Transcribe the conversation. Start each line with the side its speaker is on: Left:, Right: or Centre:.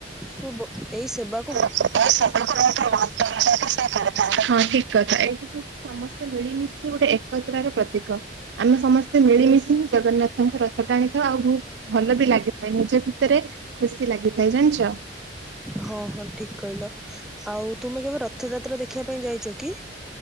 Centre: କୁ ବ ଏହି ସେବା
Right: <unintelligible> ହଁ ଠିକ କଥା ଏଇଠି ହଉଛି ସମସ୍ତେ ମିଳିମିଶି ଗୋଟେ ଏକତ୍ର ର ପ୍ରତୀକ। ଆମେ ସମସ୍ତେ ମିଳିମିଶି ଜଗନ୍ନାଥଙ୍କ ରଥ ଟାଣି ଥାଉ ଆଉ ବହୁତ ଭଲ ବି ଲାଗେ। ନିଜ ଭିତରେ ଖୁସି ଲାଗିଥାଏ ଜାଣିଛ।
Centre: ହଁ ହଁ ଠିକ କହିଲ ଆଉ ତୁମେ କେବେ ରଥଯାତ୍ରା ଦେଖିବା ପାଇଁ ଯାଇଛ କି?